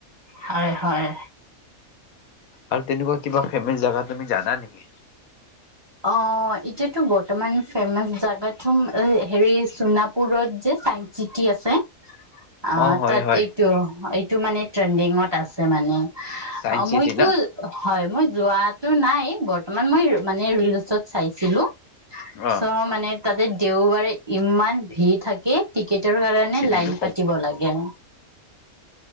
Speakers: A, on the right (about 25°); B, on the left (about 80°).
A: হয় হয়।
B: আৰু তেনেকুৱা কিবা ফেমাচ জোগা তুমি জানা নেকি
A: অঁ, এতিয়াতো বহুত বৰ্তমান ফেমছ জাগাত, প্ৰথম হেৰি চোনাপুৰত যে চাইন্স চিটি আছে অঁ,
B: অ', হয়,
A: তাৰ
B: হয়
A: এইটো টো মানে, ট্ৰেণ্ডিঙত আছে মানে
B: চাইন্স
A: অঁ,
B: চিটি
A: মইতো
B: না
A: হয় মই যোৱাতটো নাই, বৰ্তমান মই মানে ৰিলচত চাইছিলো
B: অ',
A: চ মানে তাতে দেওবাৰ ইমান ভিৰ থাকে টিকেট তাৰ কাৰণে
B: চিটিটো
A: লাইন পাতিব লাগে।